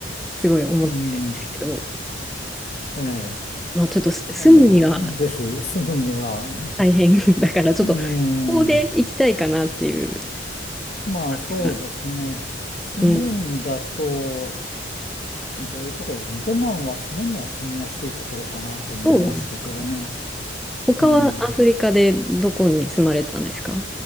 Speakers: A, in the centre; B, on the left.
A: すごい思ってるんですけど、
B: うん、ええ。
A: まあちょっとす住むには
B: あの、ぜひ住むには、
A: 大変 <laughs> だから、ちょっと、
B: うーん、
A: ここで行きたいかなっていう
B: まあそうですね。
A: 感じが。
B: 住むんだと、
A: うん。
B: どういうところかな。ベナンは住むには住みやすいところかなと思いましたけどね。
A: どうなんですか他はアフリカでどこに住まれたんですか
B: うん。